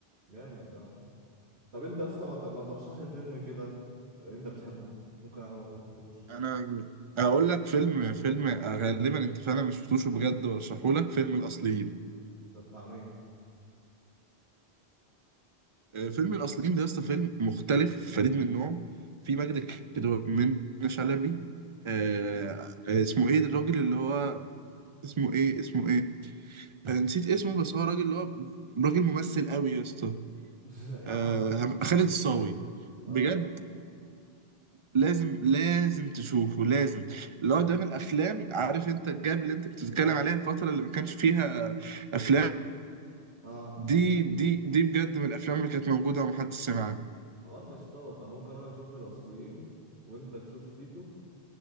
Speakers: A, on the right; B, on the right.
A: جامد ده طب انت اصلا ما ت- ما ترشح لي فيلم كده انت بتحبه ممكن انا ما شفتهوش
B: انا هقول لك فيلم فيلم آه، غالبا انت فعلا مش شفتوش بجد برشحه لك فيلم الاصليين
A: ده بتاع مين
B: آه، فيلم الاصليين ده لسه فيلم مختلف فريد من نوعه في مجد الكدواني من شلبي آه، آه، اسمه ايه الراجل اللي هو اسمه ايه اسمه ايه آه، نسيت اسمه بس هو راجل اللي هو راجل ممثل قوي يا اسطى
A: <laughs> يا
B: آه،
A: عم هبقى اشوفه
B: خالد
A: والله
B: الصاوي
A: اه
B: بجد لازم لازم تشوفه لازم اللي هو ده من الافلام عارف انت الجاب اللي انت كنت بتتكلم عليها الفتره اللي ما كانش فيها افلام
A: اه
B: دي دي دي بجد من الافلام اللي كانت موجوده ومحدش سمع عنها
A: خلاص اشتاط انا ممكن انا اشوف الاصليين وانت تشوف تيتو